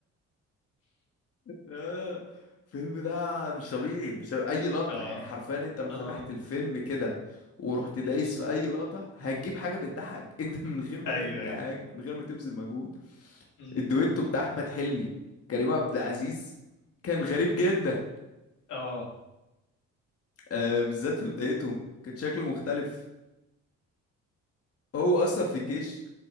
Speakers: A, on the left; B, on the left.
A: لا. الفيلم ده مش طبيعي مش طبيعي. اي لقطة
B: <laughs> اه
A: يعني حرفيا انت لو فتحت
B: اه
A: الفيلم كده ورحت دايس
B: أمم.
A: في اي لقطة هتجيب حاجة بتضحك <laughs> انت من غير ما
B: ايوه
A: تعمل اي
B: ايوه
A: حاجة من غير ما تبذل مجهود
B: أمم.
A: الدويتو بتاع احمد حلمي كريم عبد العزيز كان غريب جدا
B: اه
A: آه، بالذات في بدايتهم كان شكله مختلف هو اصلا في الجيش